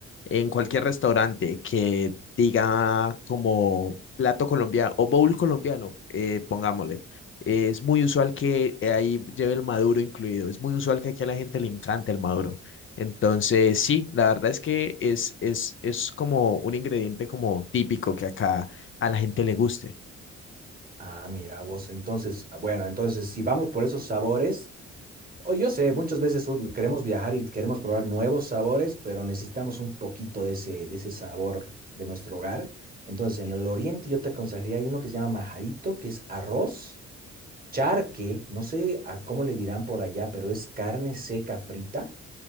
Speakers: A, on the left (about 40°); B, on the right (about 30°).
A: en cualquier restaurante que diga como plato colombiano o bowl colombiano, eh, pongámosle. Es muy usual que ahí lleve el maduro incluido. Es muy usual que aquí a la gente le encanta el maduro. Entonces, sí, la verdad es que es, es, es como un ingrediente como típico que acá a la gente le guste.
B: Ah, mira vos, entonces, ah, bueno, entonces si vamos por esos sabores, o yo sé, muchas veces un- queremos viajar y queremos probar nuevos sabores, pero necesitamos un poquito de ese, de ese sabor de nuestro hogar. Entonces, en el oriente yo te aconsejaría, hay uno que se llama majadito, que es arroz, charque, no sé a cómo le dirán por allá, pero es carne seca frita